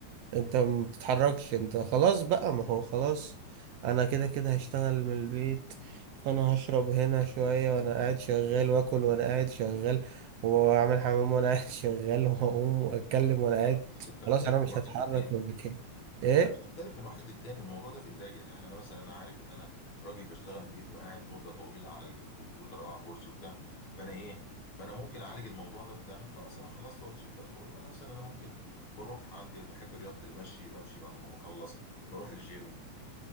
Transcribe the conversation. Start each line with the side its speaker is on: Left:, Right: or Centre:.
Right: انت ما بتتحركش انت خلاص بقى ما هو خلاص
Left: مم.
Right: انا كده كده هشتغل من البيت فانا هشرب هنا شوية وانا قاعد شغال واكل وانا قاعد شغال واعمل حمام وانا قاعد <laughs> شغال واقوم واتكلم وانا قاعد
Left: بص بتختلف
Right: خلاص انا مش
Left: من واحد
Right: هتحرك
Left: للتاني
Right: من مكاني ايه
Left: لا بتختلف من واحد للتاني الموضوع ده في ايديا يعني انا مثلا انا عارف ان انا راجل بشتغل من البيت وقاعد مده طويله على الكمبيوتر او على كرسي وبتاع فانا ايه فانا ممكن اعالج الموضوع ده بتاع إن خلاص انا خلصت وقت شيفت على شغلي ما انا مثلا انا ممكن بروح عندي بحب رياضه المشي بمشي بعد ما بخلص بروح الجيم